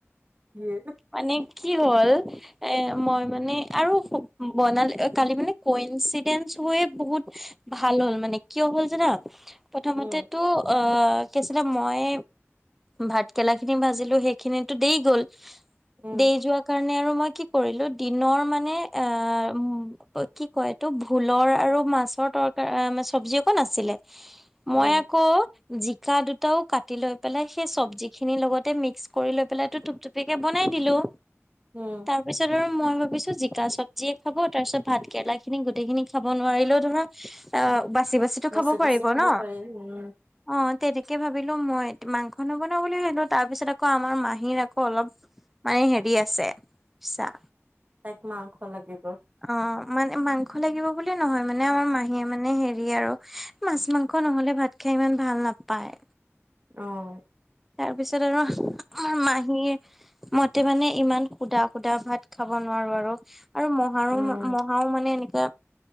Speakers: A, on the right (about 30°); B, in the centre.
A: কি হে?
B: মানে কি হ'ল? এ মই মানে আৰু বনালে কালি মানে কওঁ এক্সিডেণ্টচ হৈয়ে বহুত ভাল হ'ল মানে কিয় হ'ল যানা প্ৰথমতেটো
A: উম
B: অহ কি আছিলে মই ভাত কেৰেলা খিনি ভাজিলো সেইখিনিটো দেৰি গ'ল।
A: উম
B: দেৰি যোৱা কাৰণে আৰু মই কি কৰিলো দিনৰ মানে আহ কি কয় এইটো, ভোলৰ আৰু মাছৰ তৰকাৰ চবজি অকণ আছিলে মই
A: উম
B: আকৌ', জিকা দুটাও কাটি লৈ পেলাই সেই চব্জি খিনি লগতে মিক্স কৰি লৈ পেলাইটো থুপ থুপিয়াকে ব', বনাই দিলোঁ,
A: উম
B: তাৰপিছত আৰু মই ভাবিছোঁ জিকা চব', যিয়ে খাব, তাৰপিছত ভাত কেৰেলা খিনি গোটেই খিনি খাব নোৱাৰিলেও ধৰা', আহ', বাচি- বাচিটো
A: বাচি
B: খাব
A: বাচি
B: পাৰিব
A: খাব
B: নহ',
A: পাৰি উম
B: অ তেনেকে ভাবিলো মই মাংস নবনাওঁ বুলিও ভাবিলো তাৰ পিছত আকৌ আমাৰ মাহীৰ আকৌ অলপ মানে হেৰি আছে‌ বুইছা,
A: তাইক মাংস লাগিব।
B: অ মানে মাংস লাগিব বুলি নহয় মানে আমাৰ মাহীয়ে মানে হেৰি আৰু মাছ মাংস নহলে ভাত খাই ইমান ভাল নাপায়।
A: অহ
B: তাৰপিছত আৰু মাহীয়ে মতে মানে ইমান সুধা সুধা ভাত খাব নোৱাৰোঁ আৰু আৰু মহাৰো
A: উম
B: মহ খাও মানে এনেকে